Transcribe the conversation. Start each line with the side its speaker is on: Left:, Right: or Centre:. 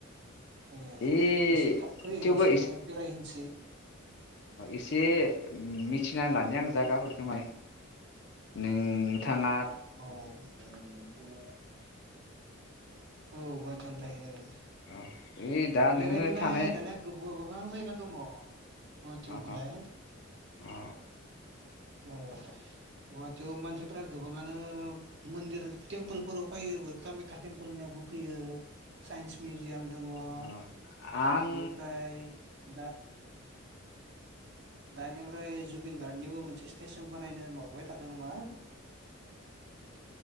Right: ए
Left: ए
Right: एसे थाब फै
Left: थेवबो
Right: एसे बेरायहैनसै
Left: एसे मिथिना लानि आं जायागाफोरखो माने नोंथाङा
Right: औ नोंथाङा औ गुवाहाटीयावनो थायो।
Left: ओइ दा
Right: बेरायनोलाय
Left: नोङो थानाय
Right: दाना गबो गोबां जायगा दङ गुवाहाटीयावबोलाय
Left: अ अ
Right: औ गुवाहाटियाव मानसिफोरा गोबाङानो मन्दिर टेम्पोलफोराव फैयो कामाख्या टेम्पोलनियावबो फैयो साइन्स मिउजियाम दङ बेनिफ्राय
Left: अ आं
Right: दा दानिफ्राय जुबिन गार्डनिबो मोनसे स्टेसन बानायनो माबाय थादों नामा?